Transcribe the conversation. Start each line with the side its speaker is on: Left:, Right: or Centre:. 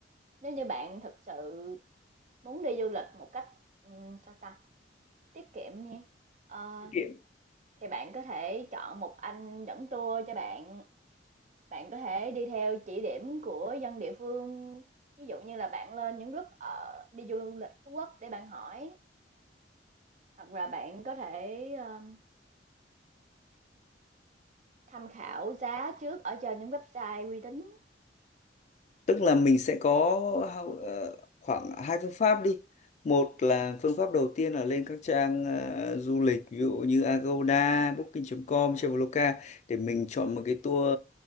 Right: nếu như bạn thực sự muốn đi du lịch một cách, ừm, sao ta, tiết kiệm đi, ờ,
Left: Kệ
Right: thì bạn có thể chọn một anh dẫn tour cho bạn. Bạn có thể đi theo chỉ điểm của dân địa phương, ví dụ như là bạn lên những group ở đi du lịch Phú Quốc để bạn hỏi, hoặc là bạn có thể, ờm, tham khảo giá trước ở trên những website uy tín.
Left: tức là mình sẽ có ờ, khoảng hai phương pháp đi một là phương pháp đầu tiên là lên các trang ờ, du lịch ví dụ như Agoda, Booking.com, Traveloka để mình chọn một cái tour